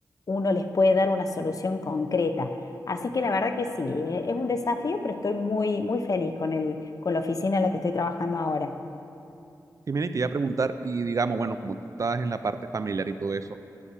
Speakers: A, on the left (about 55°); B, on the right (about 50°).
A: uno les puede dar una solución concreta. Así que la verdad que sí, eh, es un desafío, pero estoy muy, muy feliz con el, con la oficina en la que estoy trabajando ahora.
B: Y mira, y te iba a preguntar, y digamos, bueno, como tú estás en la parte familiar y todo eso,